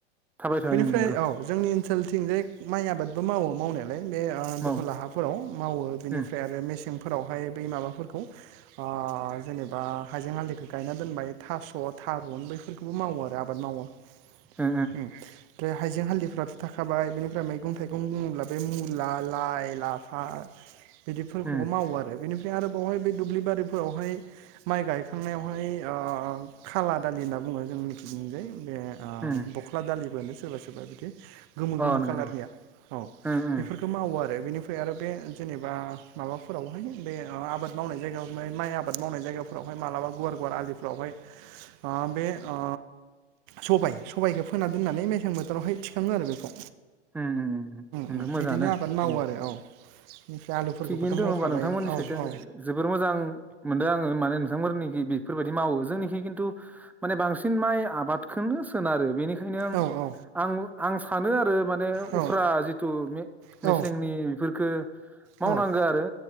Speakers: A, in the centre; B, on the right.
A: थाबाय थाबाय
B: बेनिफ्राय
A: नंगौ
B: औ जोंनि ओनसोलथिं जे माइ आबादबो मावो मावनायालाय बे ओ
A: मावो
B: दहला हाफोराव मावो बेनिफ्राय
A: उम
B: आरो मेसेंफोरावहाय बै माबाफोरखौ ओ जेनेबा हाइजें हालदिखौ गायना दोनबाय थास' थारुन बैफोरखौबो मावो आरो आबाद मावो ओम
A: ओ
B: ओमफ्राय हाइजें हालदिफोराथ' थाखाबाय बेनिफ्राय मैगं थाइगं बुङोब्ला बे मुला लाइ लाफा बिदिफोरखौबो
A: उम
B: मावो आरो बेनि आरो बावहाय बेै दुब्लि बारिफोरावहाय माइ गायखांनायावहाय ओ खाला दालि होनना बुङो जोंनिथिंजाय बे ओ
A: उम
B: बख्ला दालिफोरानो सोरबा सोरबा बिदि गोमो
A: अ
B: गोमो
A: नंगौ
B: खालारनिया औ
A: नंगौ
B: बेफोरखौ मावो आरो रो बेनिफ्राय आरो बे जेनेबा माबाफोरावहाय बे आबाद मावनाय जायगायाव माइ आबाद मावनाय जायगायाव फोरावहाय मालाबा गुवार गुवार आलिफ्रावहाय ओ बे ओ सबाइ सबाइखौ फोना दोननानै मेसें बोथोरावहाय थिखाङो आरो बेखौ
A: उम उम उम
B: उम
A: नोंगौ मोजाङानो
B: बिदिनो आबाद मावो
A: <unintelligible>
B: आरो औ बेनिफ्राय आलुफोरखौबोथ'
A: थिगैनो दङ
B: मावखाबाय
A: होनोमबा नोंथांमोननि
B: औ
A: साइथिं
B: औ
A: जोबोर मोजां मोनदों आङो माने थांफोरनिखै बेफोरबायदि मावो जोंनिखि खिन्थु माने बांसिन माइ आबादखौनो सोनारो बेनि खायनों
B: औ औ
A: आं आं आं सानो आरो माने
B: औ
A: उफ्रा जिथु मे
B: औ
A: मेसेंनि बेफोरखौ मावनांगो
B: औ
A: आरो